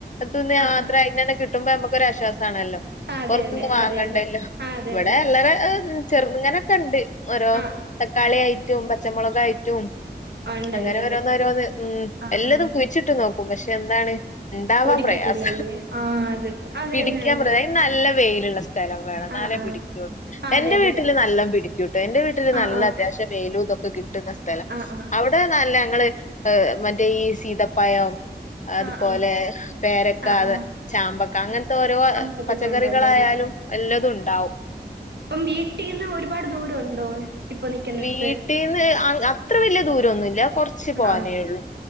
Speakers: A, on the left (about 45°); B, on the right (about 75°).
A: തുന്നിയാത്ര
B: ആഹ് ആഹ്
A: അയിനന്നെ കിട്ടുമ്പോ നമുക്കൊരാശ്വാസ സാണല്ലോ.
B: അതെല്ലേ
A: പുറത്തുന്ന് വാങ്ങണ്ടല്ലോ.
B: അതെ അതെ ആ അതെ
A: ഇവിടെ
B: അതെ
A: എല്ലറ ചെർന്ന്ങ്ങനൊക്കെ ഉണ്ട്. ഓരോ
B: ആ ആ
A: തക്കാളി ആയിടറ്റും പച്ചമുളകായിറ്റും.
B: ഉണ്ടല്ലേ
A: അങ്ങനെ വരോന്ന് ഓരോന്ന് ഉം
B: ആ
A: എല്ലതും
B: ആ
A: കുഴിച്ചിട്ട് നോക്കും പക്ഷെ എന്താണ് ഇണ്ടാവാൻ
B: പൊടിക്കത്തില്ലല്ലേ
A: പ്രയാസ.
B: ആ അതെ അതെ
A: പിടിക്കാൻ
B: അതെ അതെ
A: പ്രയ നല്ല വെയ് ല്ള്ള സ്ഥലം വേണം എന്നാലേ
B: ആ ആ
A: പിടിക്കുള്ളൂ.
B: ആ
A: എന്റെ
B: അതെ അതെ
A: വീട്ടില്
B: അതെ
A: നല്ലം പിടിക്കൂട്ടൊ. എന്റെ വീട്ടില്
B: ആ
A: നല്ല
B: ആ
A: അത്യാവശ്യ വേലുതൊക്കെ കിട് കിട്ടുന്ന സ്ഥല.
B: ആ ആ
A: അവിടെ നല്ല ഞങ്ങള് ഏഹ് മറ്റേ ഈ സീതപ്പാഴം അതുപോലെ
B: ആ ആ
A: പേരക്ക
B: ആ
A: അത്
B: ആ
A: ചാമ്പക്ക അങ്ങനത്തെ ഓരോ
B: അങ്ങനത്തൊക്കെ
A: പച്ചക്കറികളായാലും.
B: ഉണ്ടല്ലേ
A: വല്ലതും ഉണ്ടാവും
B: ഇപ്പം വീട്ടീന്ന് ഒരുപാട് ദൂരം ഉണ്ടോ ഇപ്പൊ നിക്കുന്നിടുത്ത്
A: വീട്ടീന്ന് അത്ര വല്ല്യ ദൂരൊന്നുല്ല കൊർച്ച് പോവാനേയൊള്ളു
B: ആ ആ